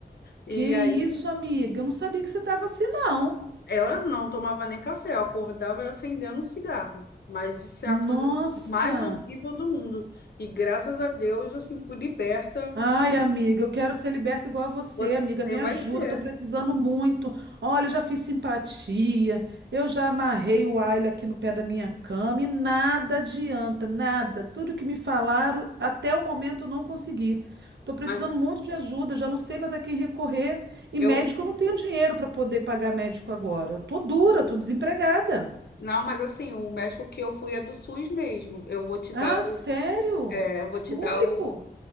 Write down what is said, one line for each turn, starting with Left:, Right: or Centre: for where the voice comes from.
Left: E
Right: Que isso,
Left: aí
Right: amiga? Eu não sabia que você tava assim, não.
Left: ela não tomava nem café, eu acordava acendendo um cigarro. Mas isso
Right: Nossa.
Left: é a coisa mais horrível do mundo. E graças a Deus, assim, fui liberta.
Right: Ai, amiga, eu quero ser liberta igual a você,
Left: Você
Right: amiga. Me
Left: vai
Right: ajuda,
Left: ser.
Right: tô precisando muito. Olha, eu já fiz simpatia, eu já amarrei o Ayla aqui no pé da minha cama e nada adianta, nada. Tudo que me falaram, até o momento eu não consegui. Tô precisando
Left: Mas
Right: muito de ajuda, eu já não sei mais a quem recorrer. E
Left: eu
Right: médico, eu não tenho dinheiro para poder pagar médico agora. Eu tô dura, tô desempregada.
Left: Não, mas assim, o médico que eu fui é do SUS mesmo. Eu vou te dar
Right: Ah,
Left: o.
Right: sério?
Left: É, eu vou te
Right: Público?
Left: dar o.